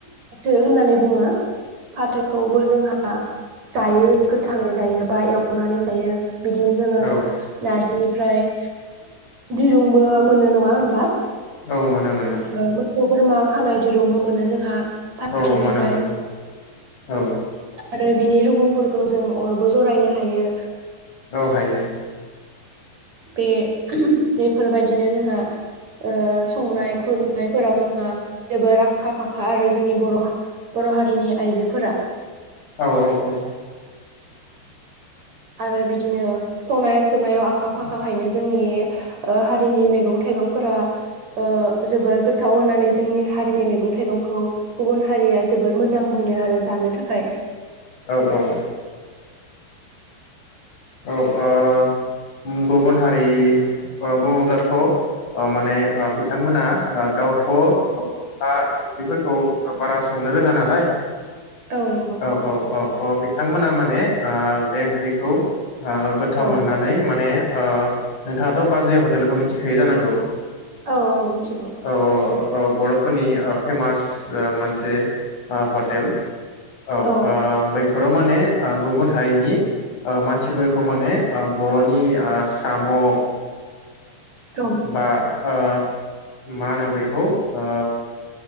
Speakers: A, on the right; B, on the left.
A: थो होननानै बुङो फाथोखौबो जोंहा जायो गोथाङै जायो बा एवनानै जायो। बिदिनो जोङो
B: औ
A: नारजिनि फ्राय दिरुंबो मोनो नङा होनबा
B: औ मोनो मोनो
A: ओ मोसौ बोरमा खानाय दिरुंबो मोनो जोंहा
B: औ
A: फाथोनिफ्राय
B: मोनो मोनो औ
A: आरो बिनि रुगुंफोरखौ जों अरबो जरायनो हायो।
B: औ हायो।
A: बे बेफोरबायदिनो जोंहा ओ संनाय खुरनायफोराव जोंहा जोबोर आखा फाखा आरो जोंनि बर' बर' हारिनि आइजोफोरा
B: औ औ औ
A: आरो बिदिनो संनाय खुरनायाव आखा फाखाखायनो जोंनि ओ हारिनि मैगं थाइगंफोरा ओ जोबोर गोथाव होननानै जोंनि हारिनि मैगं थाइगंखौ गुबुन हारिया जोबोर मोजां मोनो आरो जानो थाखाय
B: औ औ औ ओ ओम गुबुन हारि बुङोब्लाथ' ओ माने ओ बिथांमोना ओ गाव <unintelligible> ओंख्रिफोरखौ बारा संनो रोङा नालाय
A: औ नंगौ
B: औ औ औ औ बिथांमोना माने ओ बे ओंख्रिखौ ओ गोथाव
A: औ
B: मोननानै माने ओ नोंथाङाथ' बाजै हटेलखौ मिथिखायो जानांगौ
A: औ औ मिथिगौ
B: औ औ बर'फोरनि ओ फेमास ओ मोनसे ओ हटेल। औ ओ
A: औ
B: बै बेफोराव माने ओ गुबुन हारिनि ओ मानसि बेफोरखौ माने ओ बर'नि ओ साम' ओ
A: औ
B: बा ओ मा होनो बेखौ ओ